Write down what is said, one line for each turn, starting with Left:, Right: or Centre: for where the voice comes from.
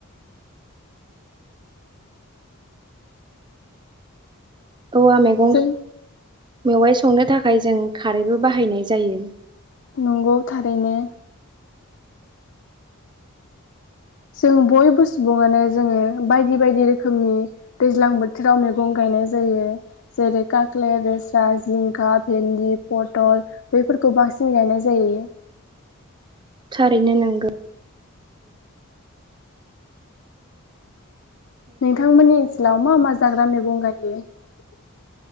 Right: औवा मैगं
Left: जों
Right: मेवाइ संनो थाखाय जों खारैबो बाहायनाय जायो।
Left: नंगौ थारैनो। जों बयबो सुबुङानो जोङो बायदि बायदि रोखोमनि दैज्लां बोथोराव मैगं गायनाय जायो जेरै काख्ले दोस्रा जिंखा भेन्दि पथल बैफोरखौ बांसिन गायनाय जायो।
Right: थारैनो नांगौ।
Left: नोंथांमोननि ओनसोलाव मा मा जाग्रा मैगं गायो? <unintelligible> <inaudible>